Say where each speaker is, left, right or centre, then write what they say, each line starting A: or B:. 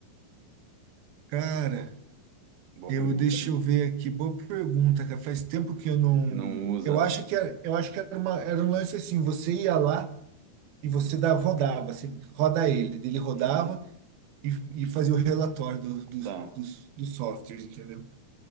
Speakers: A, on the right (about 75°); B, on the right (about 55°).
A: Cara,
B: Boa
A: eu
B: pergunta,
A: deixa
B: né?
A: eu ver aqui. Boa pergunta, cara. Faz tempo que eu não.
B: Que não usa,
A: Eu acho
B: né?
A: que era, eu acho que era uma, era um lance assim, você ia lá e você dava, rodava, assim, roda ele. Ele rodava
B: Uhum.
A: e, e fazia o relatório do, dos
B: Tá.
A: dos dos softwares, entendeu?